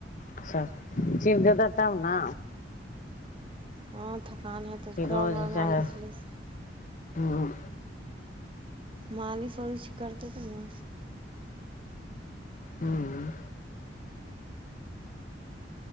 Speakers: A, on the left; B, on the right.
A: اچھا چینے دے تب نہ
B: ہاں تھکان ہے تو
A: فروز
B: گڑا میں مالش
A: چاہے
B: والش
A: ہوں
B: مالش والش کرتے تھے نا
A: ہوں